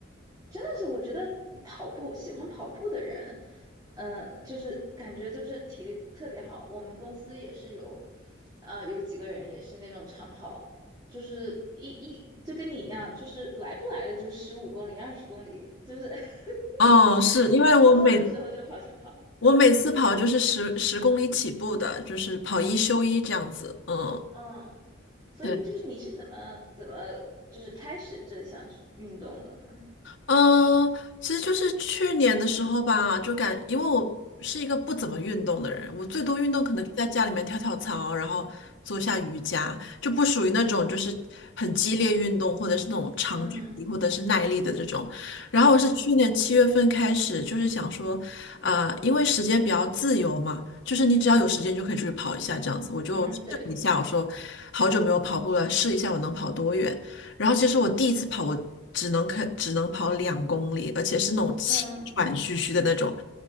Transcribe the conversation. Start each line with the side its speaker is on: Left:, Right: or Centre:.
Right: 真的是，我觉得跑步喜欢跑步的人，呃，就是感觉就是体力特别好。我们公司也是有，啊，有几个人也是那种长跑，就是一一就跟你一样，就是来不来的就十五公里、二十公里，就是 <laughs>
Left: 哦，是因为我每
Right: 周末的时候就跑去跑。
Left: 我每次跑就是十十公里起步的，就是跑一休一这样子，嗯，
Right: 嗯，所以就是你是怎么怎么就是开始这项是运动的呢？
Left: 对。嗯，其实就是去年的时候吧，就感，因为我是一个不怎么运动的人，我最多运动可能就在家里面跳跳操，
Right: 嗯
Left: 然后做一下瑜伽，就不属于那种就是很激烈运动，或者是那种长距离或者是耐力的这种。
Right: 嗯
Left: 然后我是去年七月份开始，
Right: 嗯
Left: 就是想说，啊、因为时间比较自由嘛，就是你只要有时间就可以出去跑一下这样子，我就试了一下，
Right: 嗯，对，
Left: 我说好久没有跑步了，试一下我能跑多远。然后其实我第一次跑，我只能看只能跑两公里，而且是那种气喘吁吁的那种，
Right: 嗯，